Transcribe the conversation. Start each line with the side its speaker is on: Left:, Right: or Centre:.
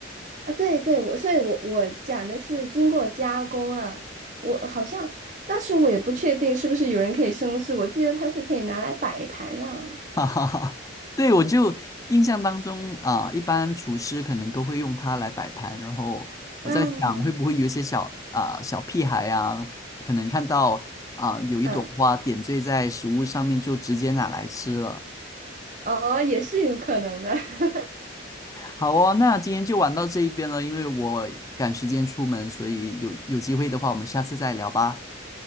Right: 啊！对对，我所以我，我讲的是经过加工啊。我好像当时我也不确定是不是有人可以生吃，我记得它是可以拿来摆盘了。
Left: <laughs> 哈哈哈，对，我就印象当中啊、一般厨师可能都会用它来摆盘，然后我在想会不会有一些小啊、
Right: 嗯
Left: 小屁孩啊，可能看到啊、有一朵花点缀在食物上面，
Right: 嗯，
Left: 就直接拿来吃了。
Right: 哦，也是有可能的。<laughs>
Left: 好哦，那今天就玩到这一边了，因为我赶时间出门，所以有有机会的话，我们下次再聊吧。